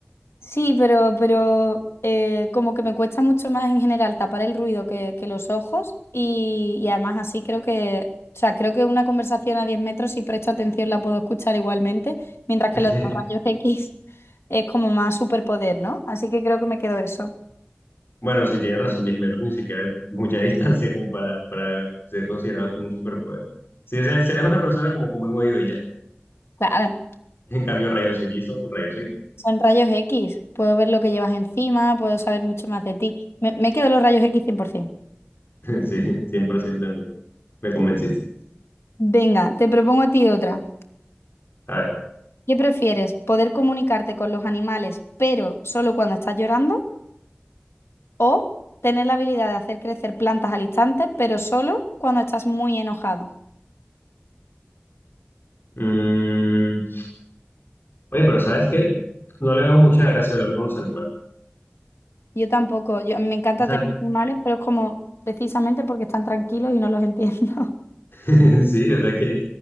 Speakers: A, on the left; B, on the left.
A: Sí, pero, pero eh, como que me cuesta mucho más en general tapar el ruido que, que los ojos y, y además así creo que, o sea, creo que una conversación a 10 metros, si presto atención, la puedo escuchar igualmente, mientras que
B: <laughs>
A: lo de los rayos X es como más superpoder, ¿no? Así que creo que me quedo eso.
B: Bueno, si tienes razón, 10 metros ni siquiera es mucha distancia como para, para ser considerado como un superpoder. Si serás una persona como, como un oído y ya.
A: Claro.
B: En cambio, rayos X son rayos X.
A: Son rayos X. Puedo ver lo que llevas encima, puedo saber mucho más de ti. Me, me quedo los rayos X 100%.
B: <laughs> Sí, 100% también. Me convenciste.
A: Venga, te propongo a ti otra.
B: A ver.
A: ¿Qué prefieres? ¿Poder comunicarte con los animales, pero solo cuando estás llorando? ¿O tener la habilidad de hacer crecer plantas al instante, pero solo cuando estás muy enojado?
B: mm, oye, pero ¿sabes qué? No le veo mucha gracia hablar con los animales.
A: Yo tampoco. Yo, me encanta
B: O sea,
A: tener animales, pero es como precisamente porque están tranquilos y no los entiendo. <laughs>
B: <laughs> sí, o sea, que,